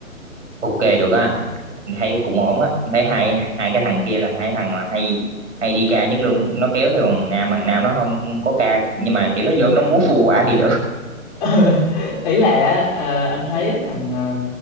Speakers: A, on the right; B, on the left.
A: Ok được á anh Em thấy cũng ổn á Em thấy hai hai cái thằng kia là hai thằng là hay hay đi ca nhất luôn nó kéo theo thằng Nam thằng Nam nó không có ca nhưng mà kiểu nó vô nó múa phù quả thì được
B: <laughs> ý là ờ, anh thấy á, thằng ờ,